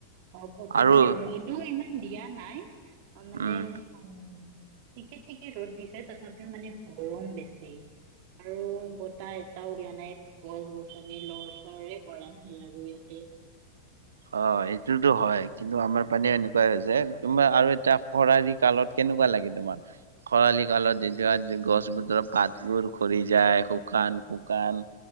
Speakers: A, on the right; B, on the right.
A: ঘপককে
B: আৰু
A: মানে ৰ'দো ইমান ইমান দিয়া নাই অ', মানে
B: উম
A: উম ঠিকে-ঠিকে ৰ'দ দিছে তথাপিও মানে গৰম বেছি। আৰু বতাহ এটাও দিয়া নাই, গছ গছনি লৰ চৰে কৰা নাই আৰু ইয়াতে।
B: অ', এইটোতো হয়, কিন্তু আমাৰ পিনে এনেকোৱাই হৈছে তোমাৰ আৰু এটা খৰালি কালত কেনেকোৱা লাগে তোমাৰ। খৰালি কালত দি যোৱা যোন গছ বতৰ পাতবোৰ খৰি যায়, শুকান-শুকান